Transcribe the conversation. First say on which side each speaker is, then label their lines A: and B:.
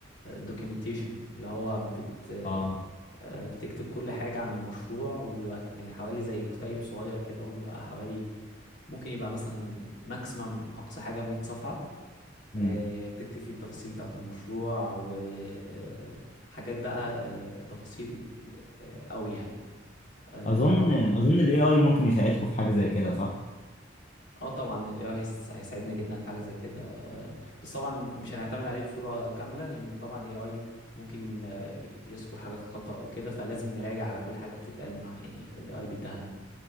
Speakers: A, on the left (about 65°); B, on the left (about 35°).
A: دوكيومنتيشن اللي هو بت
B: اه
A: آه، بتكتب كل حاجة عن المشروع وبيبقى يعني حوالي زي كتيب صغير كده هو بيبقى حوالي ممكن يبقى مثلا ماكسيمم اقصى حاجة 100 صفحة
B: مم.
A: آه، بتكتب فيه التفاصيل بتاعة المشروع وحاجات بقى آه، بتفاصيل آه، قوي يعني اه
B: أظن
A: اه
B: أظن ال AI ممكن يساعدكم في حاجة زي كده صح؟
A: آه طبعا ال AI هيس- هيساعدنا جدا في حاجة زي كده آه، بس طبعا مش هنعتمد عليه بصورة كاملة لأن طبعا ال AI ممكن آه، يذكر حاجات خطأ وكده فلازم نراجع على كل حاجة بتتقال مع يعني ال AI بيديها لنا